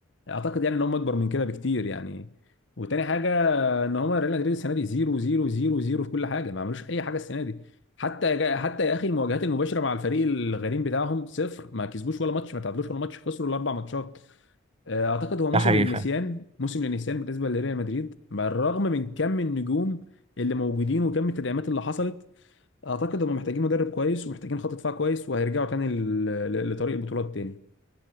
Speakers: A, on the left; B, on the right.
A: اعتقد يعني ان هم اكبر من كده بكتير يعني وتاني حاجه فان هم ريال مدريد السنه دي 0 0 0 0 في كل حاجه ما عملوش اي حاجه السنه دي حتى جا- حتى يا اخي المواجهات المباشره مع الفريق الغريم بتاعهم صفر ما كسبوش ولا ماتش ما تعادلوش ولا ماتش خسروا الاربع ماتشات آه، اعتقد هو موسم
B: ده حقيقي
A: للنسيان
B: فاهم
A: موسم للنسيان بالنسبه لريال مدريد بالرغم من كم النجوم اللي موجودين وكم التدعيمات اللي حصلت اعتقد هم محتاجين مدرب كويس ومحتاجين خط دفاع كويس وهيرجعوا تاني ل- ل- لطريق البطولات تاني